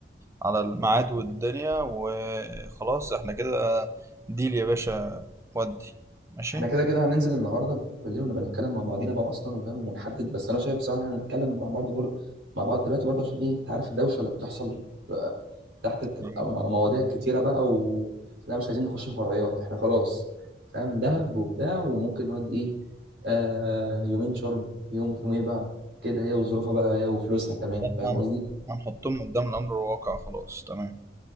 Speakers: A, on the right; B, on the right.
A: على الميعاد والدنيا وخلاص احنا كده ديل يا باشا ودي ماشي
B: احنا كده كده هننزل النهارده بالليل ونبقى نتكلم مع بعضينا بقى اصلا وفاهم ونحدد بس انا شايف بصراحه إن احنا هنتكلم مع بعض بر... مع بعض دلوقتي برضه عشان ايه انت عارف الدوشه اللي بتحصل آه، تحت بتبقى
A: ايوه.
B: مع- مواضيع كتيره بقى و لا مش عايزين نخش في فرعيات احنا خلاص فاهم دهب وبتاع وممكن نودي ايه آه يومين شرم يوم في نويبع كده هي وظروفها بقى هي وفلوسها كمان
A: احنا
B: فاهم
A: هن-
B: قصدي
A: هنحطهم قدام الامر الواقع خلاص تمام